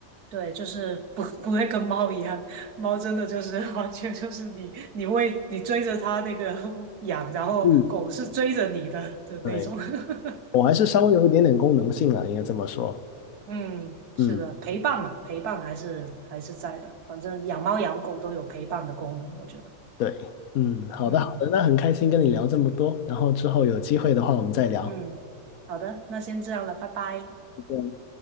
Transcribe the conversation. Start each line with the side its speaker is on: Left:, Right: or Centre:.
Right: 对，就是不 <laughs> 不会跟猫一样，猫真的就是 <laughs> 完全就是你你喂你追着它那个 <laughs> 养，然后狗是追着你的的那种。
Left: 嗯，对。
Right: <laughs>
Left: 我还是稍微有一点点功能性啊，应该这么说。
Right: 嗯，是的，
Left: 嗯，
Right: 陪伴嘛，陪伴还是还是在的，反正养猫养狗都有陪伴的功能，我觉得。
Left: 对，嗯，好的，
Right: 嗯。
Left: 好的，那很开心跟你聊这么多，然后之后有机会的话我们再聊。
Right: 嗯，好的，那先这样了，拜拜。
Left: 再见